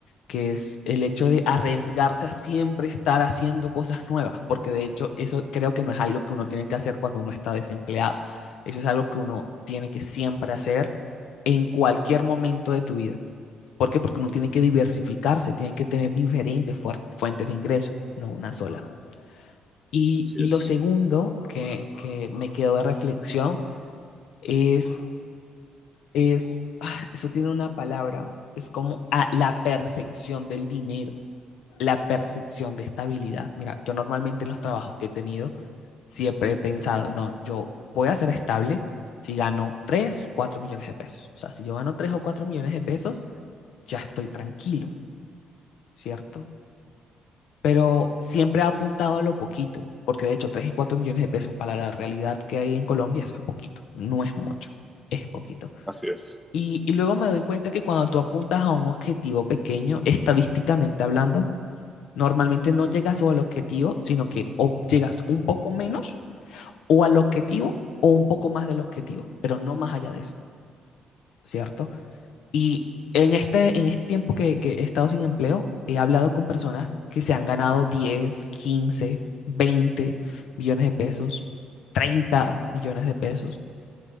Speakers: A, on the left (about 80°); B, in the centre.
A: que es el hecho de arriesgarse a siempre estar haciendo cosas nuevas, porque de hecho eso creo que no es algo que uno tiene que hacer cuando uno está desempleado. Eso es algo que uno tiene que siempre hacer en cualquier momento de tu vida. ¿Por qué? Porque uno tiene que diversificarse, tiene que tener diferentes fuer- fuentes de ingreso, no una sola. Y,
B: Así
A: y
B: es,
A: lo segundo que, que me quedó de reflexión es, es, ah, eso tiene una palabra, es como ah, la percepción del dinero, la percepción de estabilidad. Mira, yo normalmente en los trabajos que he tenido siempre he pensado, no, yo voy a ser estable si gano 3 4 millones de pesos. O sea, si yo gano 3 o 4 millones de pesos, ya estoy tranquilo, ¿cierto? pero siempre ha apuntado a lo poquito, porque de hecho 3 y 4 millones de pesos para la realidad que hay en Colombia, eso es poquito, no es mucho, es poquito.
B: así es,
A: Y, y luego me doy cuenta que cuando tú apuntas a un objetivo pequeño, estadísticamente hablando, normalmente no llegas al objetivo, sino que o llegas un poco menos o al objetivo o un poco más del objetivo, pero no más allá de eso, ¿cierto? Y en este, en este tiempo que, que he estado sin empleo, he hablado con personas que se han ganado diez quince veinte millones de pesos, 30 millones de pesos.